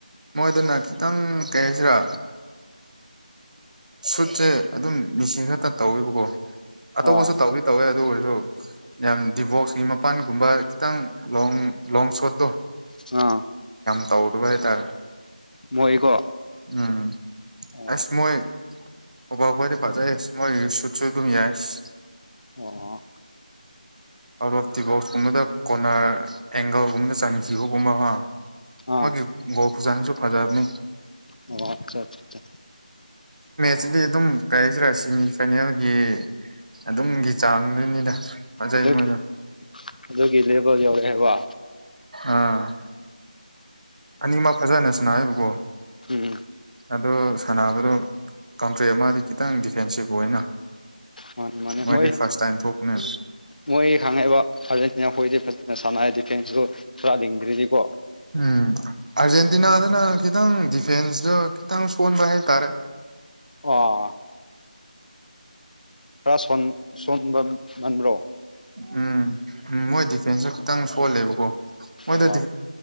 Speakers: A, on the right; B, on the left.
A: ꯃꯣꯏꯗꯅ ꯈꯤꯇꯪ ꯀꯩ ꯍꯥꯏꯁꯤꯔꯥ ꯁꯨꯠꯁꯦ ꯑꯗꯨꯝ ꯃꯤꯁꯤ ꯈꯛꯇ ꯇꯧꯋꯕꯀꯣ ꯑꯇꯣꯞꯄꯁꯨ
B: ꯑꯣ
A: ꯇꯧꯋꯤ ꯇꯧꯋꯦ ꯑꯗꯨ ꯑꯣꯏꯔꯁꯨ ꯌꯥꯝ ꯗꯤꯕꯣꯔꯁꯀꯤ ꯃꯄꯥꯟꯒꯨꯝꯕ ꯈꯤꯇꯪ ꯂ ꯂꯣꯡ ꯁꯠꯗꯣ
B: ꯑꯥ
A: ꯇꯥꯎꯗꯨ ꯥꯏ ꯇꯥ
B: ꯃꯣꯏꯀꯣ
A: ꯎꯝ
B: ꯑꯣ
A: ꯑꯦꯁ ꯃꯣꯏ ꯍꯣꯕ ꯍ ꯄꯖꯥꯏ ꯃꯣꯏ ꯆꯠ ꯁ ꯑꯗꯨꯃꯤ ꯌꯦ ꯌꯥꯏꯁ
B: ꯑꯣ
A: ꯑꯥꯎꯠ ꯑꯣꯐ ꯗꯤꯕꯣꯛꯁꯀꯨꯝꯕꯗ ꯀꯣꯅꯔ ꯑꯦꯡꯒꯜꯒꯨꯝꯕꯗ ꯆꯥꯈꯤꯕꯒꯨꯝꯕ ꯑꯃ
B: ꯑꯥ
A: ꯃꯒꯤ ꯥꯎ ꯐꯨꯖꯥꯅꯤꯁꯨ ꯐꯥꯖꯥꯔꯅꯤ
B: ꯑꯣ ꯑꯠꯆꯥ ꯑ
A: ꯁꯤꯗꯤ ꯑꯗꯨꯝ ꯀꯔꯤꯁꯤꯔꯥ ꯁꯤꯦꯃꯤꯐꯥꯏꯅꯦꯜꯒꯤ ꯑꯗꯨꯝꯒꯤ ꯆꯥꯡꯗꯨꯅꯤꯗ ꯐꯖꯩ
B: ꯑꯗꯨꯒꯤ
A: ꯃꯣꯏꯗꯣ
B: ꯑꯗꯨꯒꯤ ꯂꯦꯕꯔ ꯌꯧꯔꯛꯑꯦꯕ
A: ꯑꯥ ꯑꯅꯤꯃꯛ ꯐꯖꯅꯦ ꯁꯅ ꯍꯥꯏꯕꯀꯣ
B: ꯎꯝ
A: ꯑꯗꯣ ꯁꯥꯟꯅꯕꯗꯣ ꯀꯟꯇ꯭ꯔꯤ ꯑꯃꯗꯤ ꯈꯤꯇꯪ ꯗꯤꯐꯦꯟꯁꯤꯞ ꯑꯣꯏꯅ
B: ꯃꯥꯅꯤ ꯃꯥꯅꯤ
A: ꯃꯣꯏꯗꯤ
B: ꯃꯣꯏ
A: ꯐꯥꯔꯁ ꯇꯥꯏꯝ ꯊꯣꯛꯄꯅꯦ
B: ꯃꯣꯏ ꯈꯪꯉꯛꯏꯕ ꯍꯧꯖꯤ ꯑꯩꯈꯣꯏꯗꯤ ꯐꯖꯅ ꯁꯥꯟꯅꯩ ꯗꯤꯐꯦꯟꯁꯇꯨ ꯁꯔꯥ ꯂꯤꯡꯗ꯭ꯔꯤꯗꯤꯀꯣ
A: ꯎꯝ ꯑꯔꯖꯦꯟ ꯗꯤꯅꯥꯗꯅ ꯈꯤꯇꯪ ꯗꯤꯐꯦꯟꯁꯇ ꯈꯤꯇꯪ ꯁꯣꯟꯕ ꯍꯥꯏꯇꯥꯔꯦ
B: ꯑ ꯈꯔ ꯁꯣꯟꯕ ꯃꯥꯟꯕ꯭ꯔꯣ
A: ꯎꯝ ꯎꯝ ꯃꯣꯏ ꯗꯤꯐꯦꯟꯁꯁꯨ ꯈꯤꯇꯪ ꯁꯣꯜꯂꯦꯕꯀꯣ ꯃꯣꯏꯗ
B: ꯑꯣ